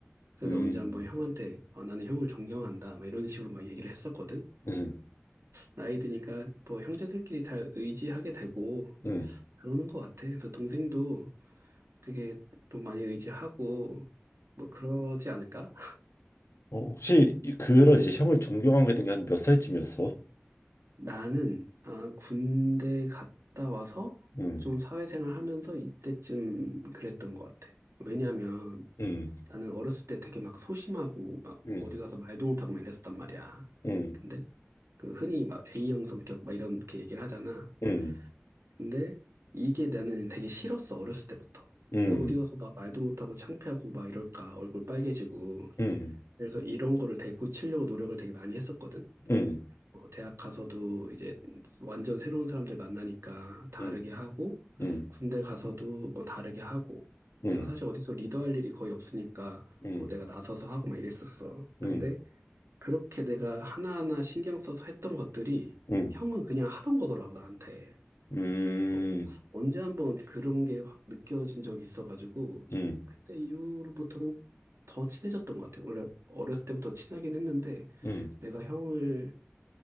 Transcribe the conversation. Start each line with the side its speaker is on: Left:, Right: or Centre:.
Right: 그래서
Left: 응,
Right: 내가 언제 한번 형한테 어, 나는 형을 존경한다 막 이런 식으로 막 얘기를 했었거든.
Left: 응, 응,
Right: 나이 드니까 뭐 형제들끼리 다 의지하게 되고
Left: 응, 응,
Right: 그러는 것 같아. 그래서 동생도 되게 또 많이 의지하고 뭐 그러지 않을까?
Left: 어, 혹시 이- 그런 이제 형을 존경하게 된 게 한 몇 살쯤이었어?
Right: 나는 아, 군대 갔다 와서
Left: 응,
Right: 좀 사회생활 하면서 이때쯤 그랬던 것 같아. 왜냐면
Left: 응,
Right: 나는 어렸을 때 되게 막 소심하고 막
Left: 응,
Right: 어디 가서 말도 못하고 막 이랬었단 말이야.
Left: 응,
Right: 근데 그 흔히 막 A형 성격 막 이렇게 얘기를 하잖아.
Left: 응,
Right: 근데 이게 나는 되게 싫었어, 어렸을 때부터.
Left: 응,
Right: 왜 어디 가서 막 말도 못하고 창피하고 막 이럴까, 얼굴 빨개지고.
Left: 응,
Right: 그래서 이런 거를 되게 고치려고 노력을 되게 많이 했었거든.
Left: 응,
Right: 어, 대학 가서도 이제 완전 새로운 사람들 만나니까 다르게
Left: 응,
Right: 하고,
Left: 응,
Right: 군대 가서도 뭐 다르게 하고,
Left: 응,
Right: 내가
Left: 응,
Right: 사실 어디서 리더할 일이 거의 없으니까
Left: 응,
Right: 뭐 내가 나서서 하고 막 이랬었어. 근데
Left: 응,
Right: 그렇게 내가 하나하나 신경 써서 했던 것들이
Left: 응,
Right: 형은 그냥 하던 거더라고, 나한테.
Left: 음,
Right: 어, 언제 한번 그런 게 확 느껴진 적이 있어가지고
Left: 응,
Right: 그때 이후로부터는 더 친해졌던 것 같아요. 원래 어렸을 때부터 친하긴 했는데
Left: 응,
Right: 내가 형을